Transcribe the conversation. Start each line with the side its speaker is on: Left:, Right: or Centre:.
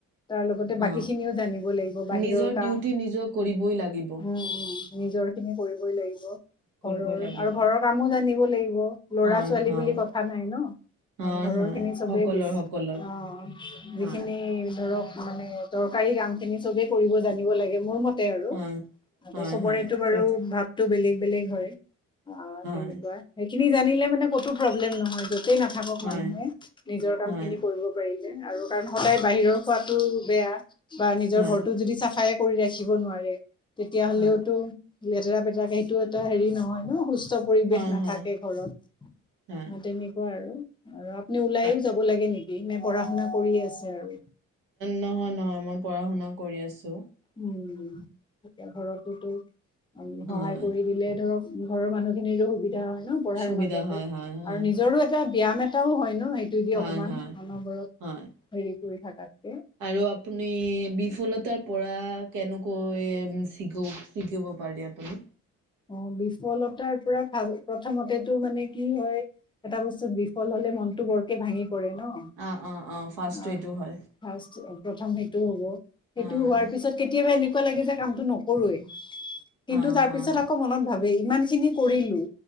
Left: তাৰ লগতে বাকী
Right: অঁ
Left: খিনিও জানিব লাগিব বাহিৰৰ
Right: নিজৰ
Left: কাম।
Right: ডিউটি নিজৰ কৰিবই লাগিব।
Left: উম নিজৰ খিনি কৰিবই লাগিব।
Right: কৰিবই
Left: ঘৰৰ
Right: লাগিব
Left: আৰু ঘৰৰ কামো জানিব দিব লাগিব। লৰা
Right: হয়
Left: ছোৱালী
Right: হয়
Left: বুলি কথা নাই ন।
Right: হয়
Left: অ' ঘৰৰ
Right: হয়
Left: খিনি চবে
Right: সকলৰ
Left: বেছি
Right: সকলৰ
Left: অ' যিখিনি
Right: হয়
Left: ধৰক। মানে দৰকাৰী কাম খিনি চবে কৰিব জানিব লাগে। মোৰ মতে আৰুতে
Right: হয় হয়
Left: চবৰেটো
Right: হয়
Left: বাৰু
Right: সঠিক
Left: ভাব টো বেলেগ-বেলেগ হয়। অ
Right: হয়
Left: তেনেকুৱা সেই নি জানিলে মানে কতো প্ৰব্লেম নহয় য'ত তেই নাথাকক
Right: হয়
Left: মানুহে নিজৰ কাম
Right: হয়
Left: খিনি কৰিব পাৰিলে। আৰু কাৰণ সদায় বাহিৰৰ খোৱাটো বেয়া। বা নিজৰ
Right: হয়
Left: ঘৰটো যদি চাফ সহায় কৰি ৰাখি। দিব নোৱাৰে। তেতিয়া হ'লেওতো।
Right: হয়
Left: লেতেৰা পেতেৰাকে সেইটো এটা হেৰি নহয় ন'। সুচ চব পৰিৱেশ
Right: হয়
Left: নাথাকে
Right: হয়
Left: ঘৰত।
Right: হয়
Left: আ' তেনেকুৱা আৰু। আৰু নে ওলাইয়ো
Right: আ-
Left: যাব লাগে নে ইনে পঢ়া শুনা কৰিয়ে আছে আৰু।
Right: নহয় নহয় মই পঢ়া শুনা কৰি আছোঁ
Left: উম, এতিয়া ঘৰটোতো। সহায়
Right: হয়,
Left: কৰি দিলে ধৰক। ঘৰৰ মানুহখিনিৰো সুবিধা হয়। ন', পঢ়াৰ
Right: সুবিধা
Left: মাজতে
Right: হয়, হয়, হয়,
Left: আৰু নিজৰো
Right: হয়।
Left: এটা ব্যায়াম এটা তেওঁ হয় ন। তেওঁ সেইটো দি
Right: হয়,
Left: অকমান
Right: হয়,
Left: অনবৰত
Right: হয়।
Left: হেৰি। কৰি থাকাক।
Right: আৰু আপুনি বিফুলতাৰ। পৰা কেনুকৈ চিকু-চিকিব পাৰি আপুনি।
Left: অ, বিফলতাৰ পৰা ভাল। প্ৰথমতেটো মানে কি হয় এটা বস্তুত বিফল হলে মনটো বৰকে ভাঙি পৰে ন'।
Right: অ', অ', অ', ফাৰ্ষ্ট
Left: আ'
Right: এইটো হয়।
Left: ফাৰ্ষ্ট প্ৰথম সেই টো হ'ব। সেইটো
Right: অ',
Left: হোৱাৰ পিছত কেতিয়াবা এদিন কুৱা লাগে যে কামটো নকৰোৱেই। কিন্তু
Right: অ',
Left: তাৰ
Right: হয়।
Left: পিছত আকৌ মনত ভাবে ইমানখিনি কৰিলোঁ।